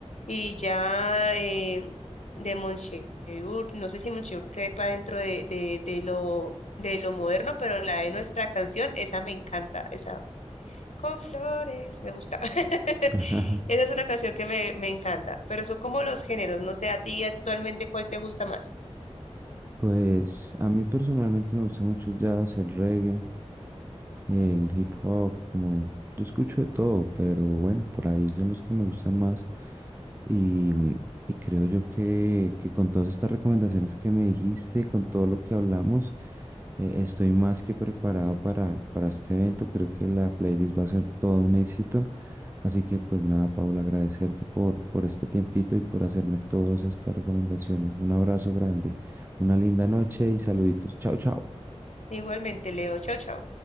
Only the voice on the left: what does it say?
Y ya, eh, de Moncheur, no sé si Moncheur quepa dentro de, de, de lo, de lo moderno, pero la de nuestra canción, esa me encanta, esa con flores, me gusta. <laughs>
Esa es una canción que me, me encanta, pero son como los géneros, no sé, a ti actualmente cuál te gusta más.
Igualmente, Leo, chao, chao.